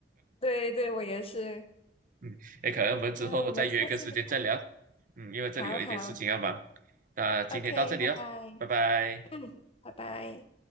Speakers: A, on the left; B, on the right.
A: 对对，我也是。
B: 嗯，哎，可能我们之后再约一个时间再聊。
A: 那我们下次聊，
B: 嗯，因为这里有一点事情要忙。
A: 好好
B: 那今天到这里了，
A: ，OK，拜拜，
B: 拜拜。
A: 嗯，拜拜。